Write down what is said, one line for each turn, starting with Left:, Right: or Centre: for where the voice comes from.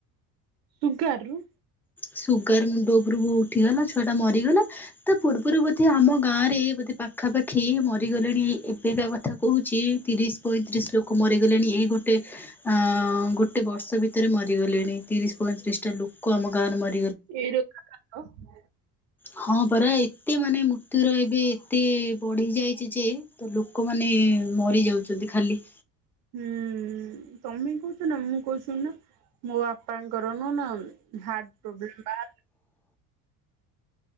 Right: ଦୁଗାରରୁ
Centre: ସୁଗାର ମୁଣ୍ଡ ଉପରକୁ ଉଠିଗଲା ଛୁଆଟା ମରିଗଲା। ତା ପୂର୍ବରୁ ବୋଧେ ଆମ ଗାଁରେ ବୋଧେ ପାଖାପାଖି ମରିଗଲେଣି ଏବେକା କଥା। କହୁଛି ତିରିଶ ପଇଁତିରିଶ ଲୋକ ମରିଗଲେଣି ଏଇ ଗୋଟେ ଆଁ ଗୋଟେ ବର୍ଷ ଭିତରେ ମରିଗଲେଣି ତିରିଶ ପଇଁତିରିଶଟା ଲୋକ ଆମ ଗାଁରେ ମରି
Right: ଏଇ <unintelligible>
Centre: ହଁ ପରା ଏତେ ମାନେ ମୃତ୍ୟୁୁର ଏବେ ଏତେ ବଢି ଯାଇଚିଯେ ତ ଲୋକମାନେ ମରି ଯାଉଛନ୍ତି ଖାଲି।
Right: ହୁଁ ହୁଁ ତମେ କହୁଛନା ମୁଁ କହୁଛୁ ଶୁଣୁନ ମୋ ବାପାଙ୍କୁ କରନୁନା ହାର୍ଟ ପ୍ରୋବ୍ଲେମବା।